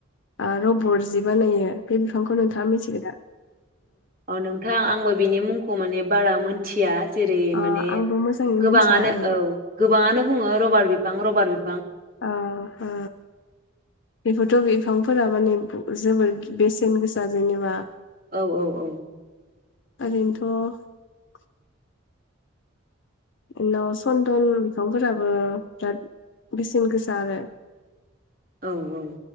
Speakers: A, on the left (about 60°); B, on the right (about 45°).
A: ओ रबर जि बानायो। बे बिफांखौ नोंथाङा मिथिगौ दा?
B: अ नोंथां आंबो बिनि मुंखौ माने बारा मोनथिया जेरै
A: ओ
B: माने
A: आंबो मोजाङै
B: गोबाङानो
A: मिथिया ओं
B: औ गोबाङानो बुङो रबार बिफां रबार बि
A: अ ओ बेबोथ' बिफां फोरा माने जोबोर बेसेन गोसा जेनेबा।
B: औ औ औ।
A: ओरैनोथ' उनाव सन्दन बिफांफोराबो बिराद बेसेन गोसा आरो।
B: औ औ।